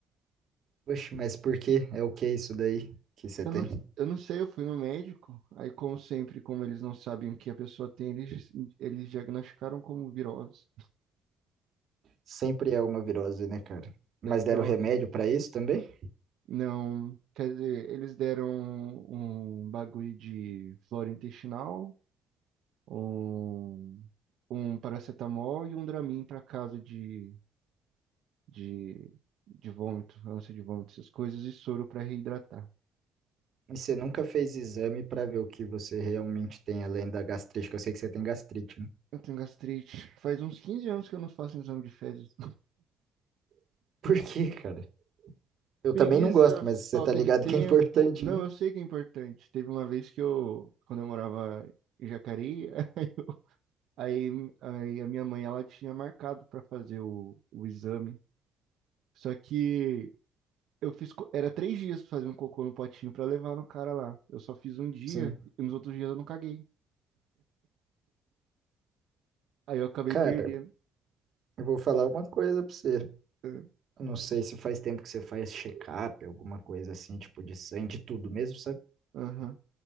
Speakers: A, on the right; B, on the right.
A: Oxe, mas por que? É o que isso daí que você
B: Eu
A: tem?
B: não, eu não sei, eu fui no médico. Aí, como sempre, como eles não sabem o que a pessoa tem, eles, eles diagnosticaram como virose.
A: Sempre é uma virose, né, cara? Mas
B: Sempre
A: deram
B: é uma
A: remédio
B: virose.
A: pra isso também?
B: Não, quer dizer, eles deram um um bagulho de flora intestinal, um, um paracetamol e um Dramin pra caso de de, de vômito, ânsia de vômito, essas coisas, e soro para reidratar.
A: E você nunca fez exame pra ver o que você realmente tem além da gastrite, que eu sei que você tem gastrite, né?
B: Eu tenho gastrite. Faz uns 15 anos que eu não faço exame de fezes.
A: <laughs> Por quê, cara?
B: <laughs>
A: Eu
B: Preguiça,
A: também não gosto, mas você
B: falta
A: tá ligado
B: de tempo.
A: que é importante,
B: Não,
A: né?
B: eu sei que é importante. Teve uma vez que eu, quando eu morava em Jacareí, <laughs> aí, aí a minha mãe ela tinha marcado para fazer o, o exame. Só que eu fiz, co- era três dias pra fazer um cocô no potinho para levar no cara lá. Eu só fiz um dia
A: Sim.
B: e nos outros dias eu não caguei. Aí eu acabei
A: Cara,
B: perdendo.
A: eu vou falar uma coisa pra você.
B: É,
A: Eu Não sei se faz tempo que você faz check-up, alguma coisa assim, tipo de sangue, de tudo mesmo, sabe?
B: Aham,